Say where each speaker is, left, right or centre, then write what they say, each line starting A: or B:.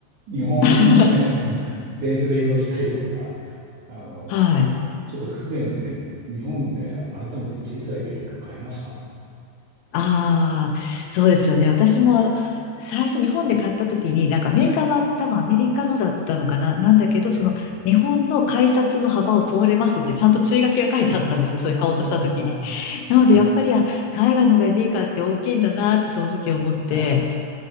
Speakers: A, on the right; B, on the left.
A: 日本のね、
B: <laughs>
A: あの、電車で移動したりとか、あの、
B: はい。
A: ちょっと不便で、日本で改めて小さいベビーカー買いましたもん
B: ああ、そうですよね。私も最初日本で買った時に、なんかメーカーは多分アメリカのだったのかな、なんだけど、
A: ね。
B: その日本の改札の幅を通れますってちゃんと注意書きが書いてあったんですよ。
A: あーあ
B: それ買おうとした時に。なのでやっぱり、
A: あ、
B: あ、海外のベビーカーって大きいんだなってその時思って、
A: あ